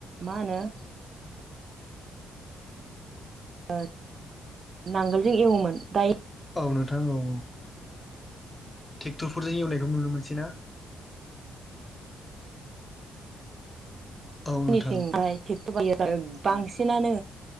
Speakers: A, on the right; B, on the left.
A: मा होनो ओ नांगोलजों एवोमोन दायो
B: औ नोंथां औ औ ट्रेक्टरफोरजों एवनायखौ नुनो मोनसै ना औ नोंथां
A: जोंनिथिंहाय ट्रेक्टर बायो बांसिनानो